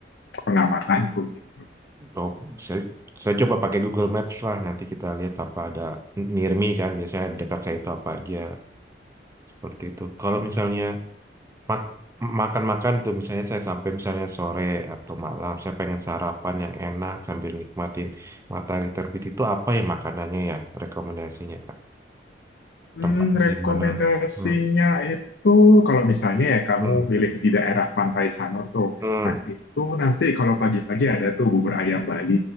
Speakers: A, on the left; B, on the right.
A: pengamatanku gitu.
B: Oh, saya, saya coba pakai Google Maps lah. Nanti kita lihat apa ada near me kan. Biasanya dekat saya itu apa aja seperti itu. Kalau misalnya mak- makan-makan tuh, misalnya saya sampai misalnya sore atau malam, saya pengen sarapan yang enak sambil nikmatin matahari terbit itu apa ya makanannya ya rekomendasinya Kak?
A: Hmm,
B: Tempatnya
A: rekomendasinya
B: di mana? Hmm,
A: itu kalau misalnya ya kamu
B: hmm,
A: milih di daerah Pantai Sanur tuh.
B: hmm.
A: Nah, itu nanti kalau pagi-pagi ada tuh bubur ayam Bali.